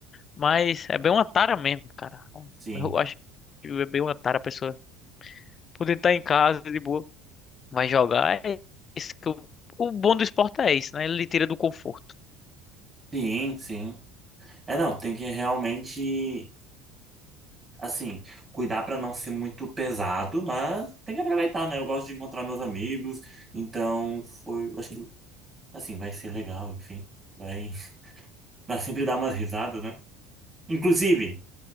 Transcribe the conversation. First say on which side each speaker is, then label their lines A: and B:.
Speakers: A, on the left; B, on the right.
A: Mas é bem uma tara mesmo, cara.
B: sim,
A: Eu acho que é bem uma tara a pessoa poder estar em casa de boa, vai jogar. É isso que o, o bom do esporte é isso, né? Ele lhe tira do conforto.
B: sim, sim. É, não, tem que realmente, assim, cuidar para não ser muito pesado, mas tem que aproveitar, né? Eu gosto de encontrar meus amigos, então foi, acho que, assim, vai ser legal, enfim. Vai, <laughs> vai sempre dar umas risadas, né? Inclusive.